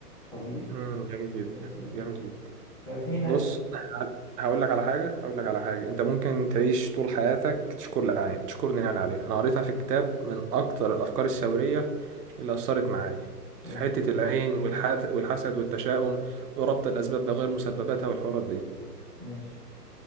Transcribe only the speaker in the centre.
طبيعي
بالنسبة
ففي ناس
حلو
ماشي